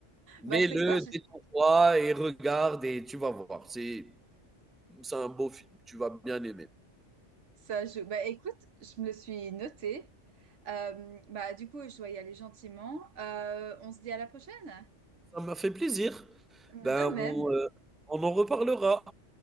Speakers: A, in the centre; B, on the right (about 85°).
A: Mets-le,
B: Bah, tu sais quoi, je-
A: détends-toi et regarde et tu vas voir. C'est, c'est un beau film, tu vas bien aimer.
B: ça joue. Bah, écoute, je me le suis noté. Euh, bah, du coup, je dois y aller gentiment. Euh, on se dit à la prochaine.
A: Ça m'a fait plaisir.
B: De
A: Ben,
B: même,
A: on, euh, on en reparlera.